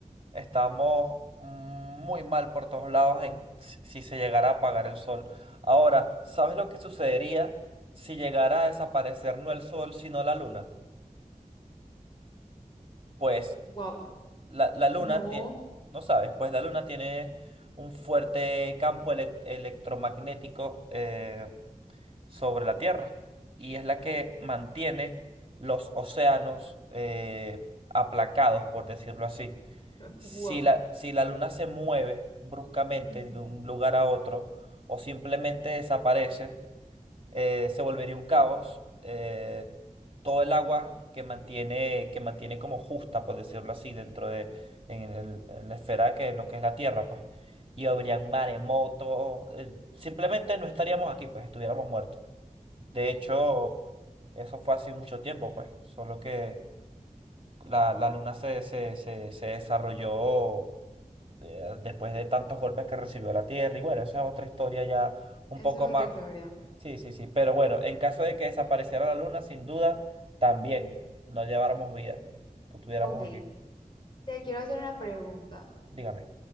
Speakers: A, on the right; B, on the left.
A: estamos muy mal por todos lados en si si se llegara a apagar el sol. Ahora, ¿sabes lo que sucedería si llegara a desaparecer no el sol, sino la luna? Pues
B: Wow,
A: la, la luna
B: no,
A: tiene, no sabes, pues la luna tiene un fuerte campo elec- electromagnético eh, sobre la Tierra y es la que mantiene los océanos eh, aplacados, por decirlo así.
B: <laughs>
A: Si
B: wow.
A: la, si la luna se mueve bruscamente
B: Ujú.
A: de un lugar a otro o simplemente desaparece, eh, se volvería un caos. eh, todo el agua que mantiene, que mantiene como justa, por decirlo así, dentro de en el- en la esfera que es lo que es la Tierra, pues. Y habrían maremotos. eh, simplemente no estaríamos aquí, pues estuviéramos muertos. De hecho, eso fue hace mucho tiempo, pues. Solo que la, la luna se, se, se se desarrolló eh, después de tantos golpes que recibió la Tierra. Y bueno, esa es otra historia ya un
B: Eso
A: poco
B: es
A: más.
B: otra historia.
A: Sí, sí, sí. Pero bueno, en caso de que desapareciera la Luna, sin duda, también no lleváramos vida. No estuviéramos
B: Ok,
A: aquí.
B: te quiero hacer una pregunta.
A: Dígame.